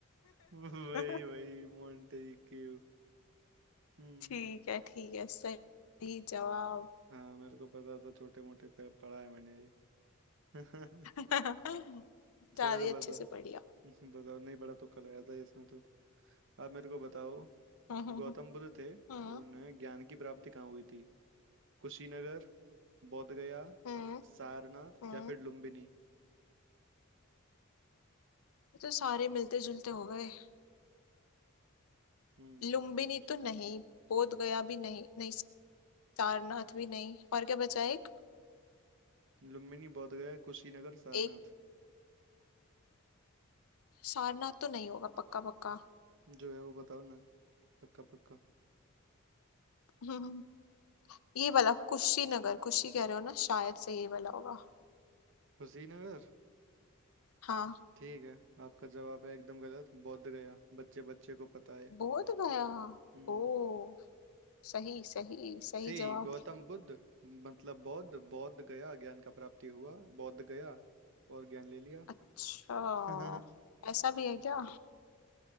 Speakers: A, on the right; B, on the left.
A: वही
B: <laughs>
A: वही मोंटी क्यू हम्म
B: ठीक है ठीक है सही जवाब
A: हाँ मेरे को पता था छोटे मोटे पे पढ़ा है मैंने ये <laughs>
B: <laughs> ज्यादा
A: चलो
B: अच्छे
A: बताओ
B: से पढ़िया
A: बताओ नहीं पढ़ा तो कल आया था इसमें तो आप मेरे को बताओ
B: हम्म
A: गौतम
B: <laughs>
A: बुद्ध थे
B: हम्म
A: उन्हें ज्ञान की प्राप्ति कहाँ हुई थी कुशीनगर बोध गया
B: हम्म
A: सारनाथ
B: हम्म।
A: या फिर लुम्बिनी
B: ये तो सारे मिलते जुलते हो गए
A: हम्म
B: लुम्बिनी तो नहीं बोध गया भी नहीं नहीं सारनाथ भी नहीं और क्या बचा एक
A: लुम्बिनी बोध गया कुशीनगर सारनाथ
B: एक सारनाथ तो नहीं होगा पक्का पक्का
A: जो है वो बताओ ना पक्का पक्का
B: <laughs> ये वाला कुशीनगर कुशी कह रहे हो ना शायद से ये वाला होगा
A: कुशीनगर
B: हाँ
A: ठीक है आपका जवाब है एकदम गलत बोध गया बच्चे बच्चे को पता है
B: बोध गया
A: हम्म
B: ओ सही सही सही
A: सी
B: जवाब
A: गौतम बुद्ध मतलब बौद्ध बौद्ध गया ज्ञान का प्राप्ति हुआ बौद्ध गया और ज्ञान ले लिया
B: अच्छा
A: <laughs> हाँ
B: ऐसा भी है क्या